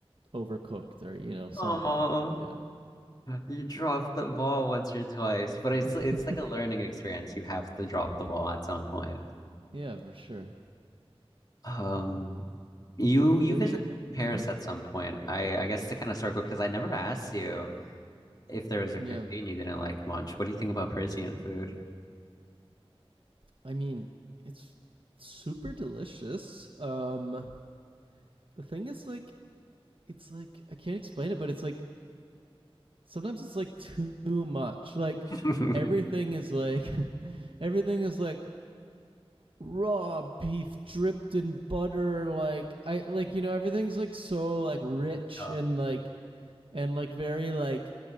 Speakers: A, on the right; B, on the left.
A: overcooked," or you know, something.
B: Oh,
A: Yeah.
B: you dropped the ball once or twice, but
A: <laughs>
B: it's it's like a learning experience. You have to drop the ball at some point.
A: yeah, for sure.
B: Um, you you
A: Maybe.
B: visited Paris
A: hmm
B: at some point. I I guess to kind of circle because I never asked you if there was
A: Yeah.
B: a cuisine you didn't like much. What do you think about Parisian food?
A: I mean, it's super delicious. Um, the thing is, like, it's like I can't explain it, but it's like sometimes it's like too much. Like
B: <laughs>
A: everything is like <laughs> everything is like raw beef dripped in butter like I like you know everything's like so like rich
B: Over the top.
A: and like and like very like